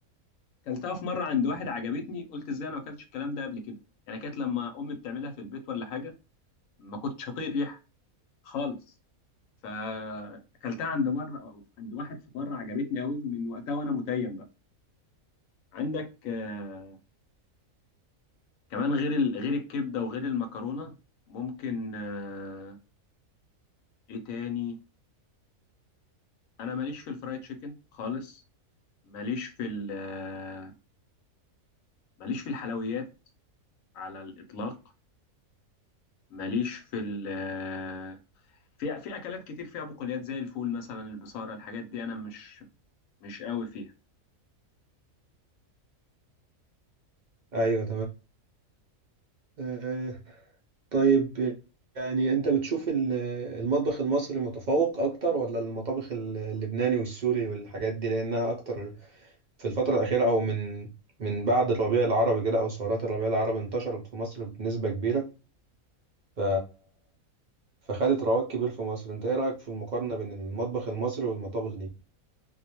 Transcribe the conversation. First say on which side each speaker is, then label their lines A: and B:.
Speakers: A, on the left; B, on the right.
A: كلتها في مره عند واحد عجبتني قلت ازاي انا ما اكلتش الكلام ده قبل كده يعني كانت لما امي بتعملها في البيت ولا حاجه ما كنتش هطيق الريحه خالص فاكلتها عند مره عند واحد في مره عجبتني قوي من وقتها وانا متيم عندك آه، كمان غير ال... غير الكبده وغير المكرونه ممكن آه، ايه تاني انا ماليش في الفرايد تشيكن خالص ماليش في ال... آه، ماليش في الحلويات على الاطلاق ماليش في ال... آه، في في اكلات كتير فيها بقوليات زي الفول مثلا البصاره الحاجات دي انا مش مش قوي فيها
B: ايوه تمام طيب يعني انت بتشوف ال- المطبخ المصري متفوق اكتر ولا المطابخ ال- اللبناني والسوري والحاجات دي لانها اكتر في الفترة الأخيرة او من من بعد الربيع العربي كده او ثورات الربيع العربي انتشرت في مصر بنسبة كبيرة ف فخدت رواج كبير في مصر انت ايه رأيك في المقارنة بين المطبخ المصري والمطابخ دي